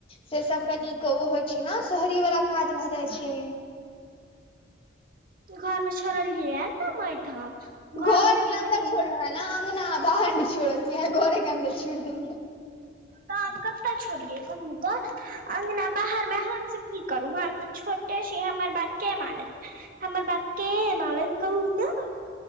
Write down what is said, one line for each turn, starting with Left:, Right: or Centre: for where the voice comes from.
Left: से सब कनिक ओ होइ छै न शहरी वला काज भऽ जाय छै।
Right: घर मे छोड़लियै ये तऽ मैट हम। घर
Left: घऽरके
Right: मे कनि
Left: अन्दर
Right: मनि
Left: छोइर रहल न? अंगना बाहर नै छोड़लियै, घऽरे के अन्दर छोइड़ देलियै। <inaudible>
Right: तऽ आब कत्ता छोड़ियै, कहू तऽ? अंगना बाहर में हमसब की करू? हम त छोटे छी, हमर बात के मानत? हमर बात के मारत, कहू तऽ?